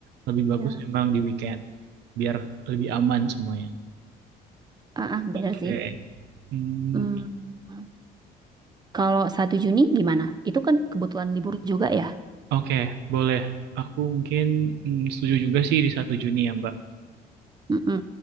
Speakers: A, on the right; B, on the right.
A: lebih
B: ya.
A: bagus memang di weekend biar lebih aman semuanya.
B: Ah, ah,
A: Oke.
B: bener sih.
A: Hmm,
B: Hmm, Kalau satu Juni gimana? Itu kan kebetulan libur juga ya.
A: Oke, boleh. Aku mungkin mm, setuju juga sih di satu Juni ya, Mbak.
B: Mm-mm.